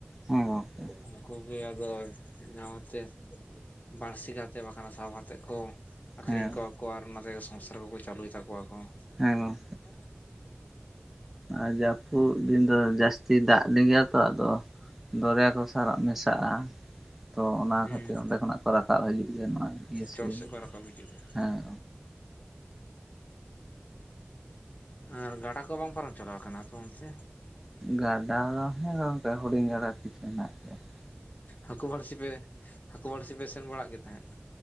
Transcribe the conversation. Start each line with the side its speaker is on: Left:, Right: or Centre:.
Centre: ᱦᱮᱸ ᱜᱚᱝᱠᱮ
Left: ᱩᱱᱠᱩ ᱤᱭᱟᱹ ᱟᱫᱚ ᱱᱟᱣᱟᱛᱮ ᱵᱟᱹᱲᱥᱤ ᱠᱟᱛᱮᱫ ᱵᱟᱝᱠᱷᱟᱱ ᱥᱟᱵ ᱦᱟᱛᱮᱫ ᱠᱚ ᱟᱠᱷᱨᱤᱧ
Centre: ᱦᱮᱸ
Left: ᱠᱚᱣᱟ ᱠᱚ ᱟᱨ ᱚᱱᱟᱛᱮᱜᱮ ᱥᱚᱝᱥᱟᱨ ᱠᱚᱠᱚ ᱪᱟᱹᱞᱩᱭ ᱛᱟᱠᱚᱣᱟ ᱠᱚ᱾
Centre: ᱮᱠᱫᱚᱢ
Left: <inaudible>
Centre: ᱟᱨ ᱡᱟᱹᱯᱩᱫ ᱫᱤᱱ ᱫᱚ ᱡᱟᱥᱼᱼ ᱛᱤ ᱫᱟᱜ ᱞᱤᱸᱜᱤ ᱟᱛᱚ ᱟᱫᱚ ᱫᱚᱨᱭᱟ ᱠᱚ ᱥᱟᱞᱟᱜ ᱢᱮᱥᱟᱜᱼᱟ ᱾ ᱛᱚ ᱚᱱᱟ
Left: ᱦᱩᱸ
Centre: ᱠᱷᱟᱹᱛᱤᱨ ᱚᱸᱰᱮ ᱠᱷᱚᱱᱟᱜ ᱠᱚ ᱨᱟᱠᱟᱵ ᱦᱤᱡᱩᱜ ᱜᱮᱭᱟ ᱱᱚᱣᱟ ᱤᱭᱟᱹ ᱥᱤᱡᱤᱱ,
Left: ᱪᱚᱴ ᱥᱮᱫ ᱠᱚ ᱨᱟᱠᱟᱵ ᱦᱤᱡᱩᱜ ᱜᱮᱭᱟ
Centre: ᱦᱮᱸ
Left: ᱟᱨ ᱜᱟᱰᱟ ᱠᱚ ᱵᱟᱝ ᱯᱟᱨᱚᱢ ᱪᱟᱞᱟᱣ ᱠᱟᱱᱟ ᱟᱯᱮ ᱚᱱᱛᱮ?
Centre: ᱜᱟᱰᱟ ᱫᱚ ᱦᱮᱸ ᱜᱚᱝᱠᱮ ᱦᱩᱰᱤᱧ ᱜᱟᱰᱟ ᱠᱤᱪᱷᱩ ᱦᱮᱱᱟᱜ ᱜᱮᱭᱟ ᱾
Left: ᱦᱟᱹᱠᱩ ᱵᱟᱹᱲᱥᱤ ᱯᱮ ᱦᱟᱹᱠᱩ ᱵᱟᱹᱲᱥᱤ ᱯᱮ ᱥᱮᱱ ᱵᱟᱲᱟᱜ ᱜᱮ ᱛᱟᱦᱮᱸᱫ?